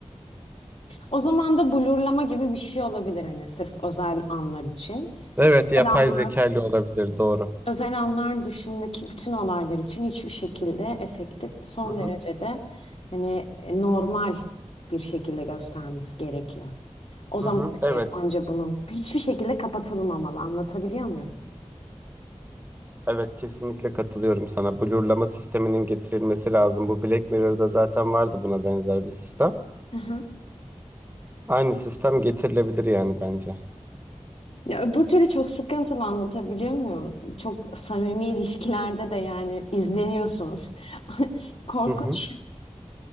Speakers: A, on the left; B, on the right.
A: O zaman da blurlama gibi bir şey olabilir hani sırf özel anlar için.
B: Evet yapay
A: Özel anlar,
B: zekalı olabilir doğru.
A: özel anlar dışındaki bütün olaylar için hiçbir şekilde efektif, son
B: Hı hı.
A: derecede hani e, normal bir şekilde göstermesi gerekiyor. O zaman
B: Hı hı,
A: hani
B: evet.
A: anca bunun hiçbir şekilde kapatılmamalı. Anlatabiliyor muyum?
B: Evet kesinlikle katılıyorum sana. Blurlama sisteminin getirilmesi lazım. Bu Black Mirror'da zaten vardı buna benzer bir sistem.
A: <laughs>
B: Aynı sistem getirilebilir yani bence.
A: Ya öbür türlü çok sıkıntılı anlatabiliyor muyum? Çok samimi ilişkilerde de yani izleniyorsun. <laughs> Korkunç.
B: Hı hı.